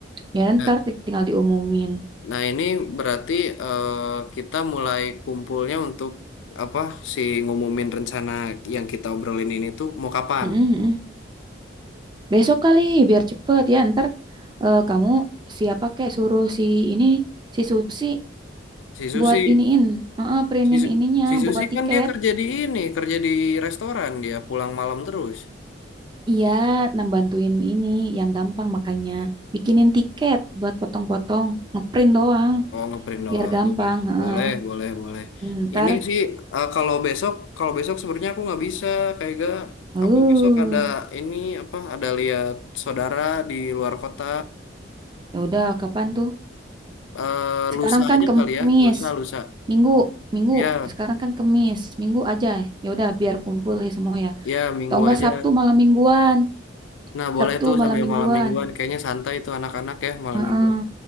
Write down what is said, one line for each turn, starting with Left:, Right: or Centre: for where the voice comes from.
Right: ya
Left: Nah,
Right: ntar ti- tinggal diumumin
Left: nah ini berarti eh, kita mulai kumpulnya untuk apa si ngumumin rencana yang kita obrolin ini tuh mau kapan?
Right: Mm-mm, mm-mm. besok kali biar cepet ya ntar eh, kamu siapa kayak suruh si ini si Susi
Left: Si Susi,
Right: buat iniin eh, eh, printin
Left: si, Su-
Right: ininya
Left: si Susi
Right: buat tiket
Left: kan dia kerja di ini, kerja di restoran, dia pulang malam terus.
Right: Iya, nah bantuin ini yang gampang makanya bikinin tiket buat potong-potong, ngeprint doang
Left: Oh, ngeprint doang.
Right: biar gampang.
Left: Iya. kan?
Right: Heeh.
Left: Boleh, boleh, boleh.
Right: Ntar,
Left: Ini sih eh, kalau besok, kalau besok sebenarnya aku nggak bisa, kayak gak.
Right: uh,
Left: Aku besok ada ini apa? Ada lihat saudara di luar kota.
Right: ya udah kapan tuh?
Left: Eh,
Right: Sekarang
Left: lusa
Right: kan
Left: aja
Right: Kemis,
Left: kali ya, lusa, lusa.
Right: Minggu, Minggu.
Left: Ya,
Right: Sekarang kan Kemis, Minggu aja. Ya udah biar kumpul ya semua ya.
Left: ya minggu
Right: Atau enggak
Left: aja.
Right: Sabtu malam mingguan,
Left: Nah, boleh
Right: Sabtu
Left: tuh
Right: malam
Left: sambil
Right: mingguan.
Left: malam mingguan. Kayaknya santai tuh anak-anak ya malam
Right: Heeh.
Left: mingguan.